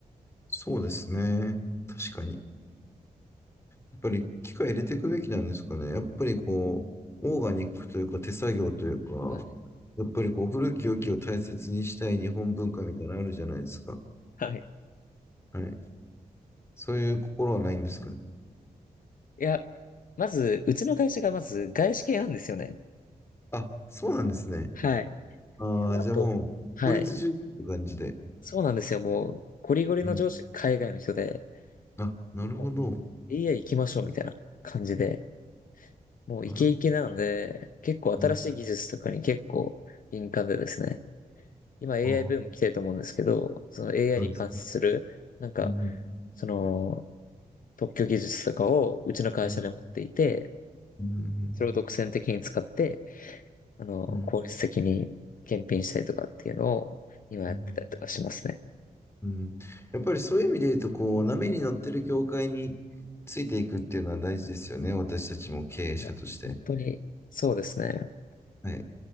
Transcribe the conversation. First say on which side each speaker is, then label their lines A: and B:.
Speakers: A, on the left (about 15°); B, on the left (about 60°).
A: そうですね。確かに。やっぱり機械入れていくべきなんですかね。やっぱりこう、オーガニックというか手作業というか、
B: はい
A: やっぱりこう、古き良きを大切にしたい日本文化みたいなのあるじゃないですか。
B: はい。
A: はい。そういう心はないんですかね。
B: いや、まず、うちの会社がまず外資系なんですよね。
A: あ、そうなんですね。
B: はい。
A: ああ、
B: トマト。
A: じゃあもう、
B: はい。
A: 効率重視って感じで。
B: そうなんですよ。もう、ゴリゴリの上司が海外の人で、
A: うん。あ、なるほど。
B: もう AI 行きましょうみたいな感じで、もうイケイケなので、
A: なるほど。
B: 結構新しい技術とかに結構敏感でですね。
A: うん
B: 今 AI
A: ああ、
B: ブーム来てると思うんですけど、その AI
A: そうですね。
B: に関する、なんか、
A: うん、
B: その、特許技術とかをうちの会社で持っていて、
A: うん、うん、
B: それを独占的に使って、あの、
A: うん、
B: 効率的に検品したりとかっていうのを今やってたりとかしますね。
A: うん。うんやっぱりそういう意味で言うと、こう、波に乗ってる業界についていくっていうのは大事ですよね。私たちも経営者として。
B: いや本当に、そうですね。
A: はい。